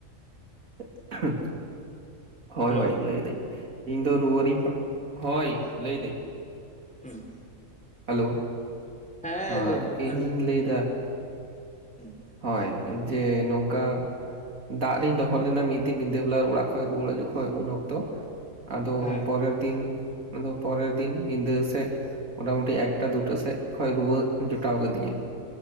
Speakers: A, on the right; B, in the centre.
A: <inaudible> ᱦᱳᱭ
B: ᱦᱮᱞᱳ
A: ᱦᱳᱭ ᱞᱟᱹᱭᱫᱟᱹᱧ ᱤᱧ ᱫᱚ ᱨᱩᱣᱤᱧ ᱦᱳᱭ ᱞᱟᱹᱭᱫᱟᱹᱧ᱾
B: ᱦᱩᱸ
A: ᱦᱮᱞᱳ
B: ᱦᱮᱸ
A: ᱟᱸ
B: ᱞᱟᱹᱭ ᱢᱮ
A: ᱤᱧᱤᱧ
B: ᱟᱸᱡᱚᱢ
A: ᱞᱟᱹᱭ ᱮᱫᱟ᱾
B: <inaudible>
A: ᱦᱳᱭ ᱡᱮ ᱱᱚᱝᱠᱟ ᱫᱟᱜ ᱨᱤᱧ ᱫᱚᱦᱚ ᱞᱮᱱᱟ ᱢᱤᱫ ᱫᱤᱱ ᱧᱤᱫᱟᱹ ᱵᱮᱞᱟ ᱚᱲᱟᱜ ᱠᱷᱚᱡ ᱨᱩᱣᱟᱹᱲ ᱦᱮᱡ ᱡᱚᱠᱷᱚᱡ ᱩᱱ ᱚᱠᱛᱚ ᱟᱫᱚ
B: ᱦᱮᱸ
A: ᱯᱚᱨᱮᱨ ᱫᱤᱱ, ᱟᱫᱚ ᱯᱚᱨᱮᱨ ᱫᱤᱱ ᱧᱤᱫᱟᱹ ᱥᱮᱜ ᱢᱚᱴᱟᱢᱩᱴᱤ ᱮᱠᱴᱟ ᱫᱩᱴᱟ ᱥᱮᱫ ᱠᱷᱚᱱ ᱨᱩᱣᱟᱹ ᱡᱚᱴᱟᱣ ᱠᱟᱫᱤᱧᱟ᱾